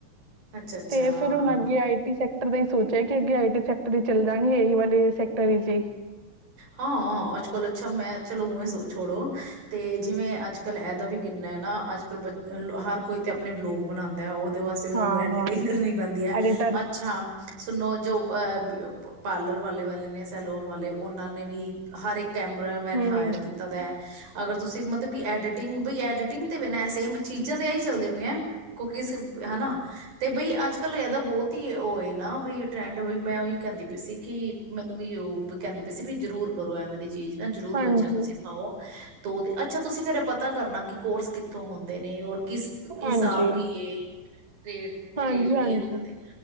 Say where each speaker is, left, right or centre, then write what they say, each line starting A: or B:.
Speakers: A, on the right; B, on the right.
A: ਅੱਛਾ ਅੱਛਾ
B: ਤੇ ਫਿਰ ਹੁਣ ਅਗੇ ਆਈ ਟੀ ਸੇਕ ਦੇ ਸੋਚਿਆ ਕਿ ਅੱਗੇ ਆਈ ਟੀ ਸੈਕਟਰ ਇਚ ਚੱਲ ਜਾਗੇ ਇਹੀ ਵਾਲੇ ਸੈਕਟਰ ਇਚ ਹੀ।
A: ਹਾਂ ਅੱਜ ਕੱਲ ਅੱਛਾ ਮੈਂ ਚਲੋ ਉਵੇਂ ਛੋੜੋ ਤੇ ਜਿਵੇਂ ਅੱਜ ਕੱਲ ਇਹਦਾ ਵੀ ਕਿੰਨਾ ਹੈ ਨਾ ਅੱਜ ਕੱਲ ਬ ਹਰ ਕੋਈ ਤੇ ਆਪਣੇ ਵਲੋਗ ਬਣਾਉਂਦਾ ਹੈ ਉਹ ਵਾਸਤੇ ਵੀ ਉਹਨੂੰ
B: ਹਾਂ-ਹਾਂ,
A: ਐਡਟਿੰਗ ਕਰਨੀ ਪੈਂਦੀ ਹੈ
B: ਐਡੀਟਰ
A: ਅੱਛਾ ਸੁਨੋ ਜੋ ਪਾਰਲਰ ਵਾਲੇ-ਵਾਲੇ ਨੇ ਸੈਲੋਨ ਵਾਲੇ ਉਹਨਾਂ ਨੇ ਵੀ ਹਰ ਇੱਕ ਕੈਮਰਾਮੈਨ
B: ਹੂੰ,
A: ਹਾਇਰ ਕੀਤਾ ਦਾ। ਅਗਰ ਤੁਸੀਂ ਮਤਲਬ ਕਿ ਐਡੀਟਿੰਗ ਬਈ ਐਡੀਟਿੰਗ ਤੇ ਵੇ ਨਾ ਸੇਮ ਚੀਜ਼ਾਂ ਤੇ ਆ ਹੀ ਚਲਦੀ ਪਈ ਐ, ਕੋ ਕਿਸ ਹਨਾ ਤੇ ਬਈ ਅੱਜ ਕੱਲ ਇਹਦਾ ਬਹੁਤ ਉਹਏ ਨਾ ਵੀ ਟਰੈਂਡ ਮੈਂ ਉਹੀ ਕਹਿੰਦੀ ਪਈ ਸੀ ਕਿ ਮੈਨੂੰ ਵੀ ਉਹ ਸੀ ਵੀ ਜ਼ਰੂਰ ਕਰੋ ਐਵੇਂ ਦੀ ਚੀਜ਼ ਨਾ ਜ਼ਰੂਰ
B: ਹਾਂਜੀ,
A: ਬੱਚਿਆਂ ਨੂੰ ਸਿਖਾਓ ਦੋ ਅੱਛਾ ਤੁਸੀਂ ਫੇਰ ਇਹ ਪਤਾ ਕਰਨਾ ਕਿ ਕੋਰਸ ਕਿੱ ਹੁੰਦੇ ਨੇ ਔਰ ਕਿਸ ਹਿਸਾਬ
B: ਹਾਂਜੀ,
A: ਕੀ ਐ ਰੇਟ,
B: ਹਾਂਜੀ,
A: ਰੇਟ ਕੀ
B: ਹਾਂਜੀ,
A: ਇਹਨਾਂ ਦੇ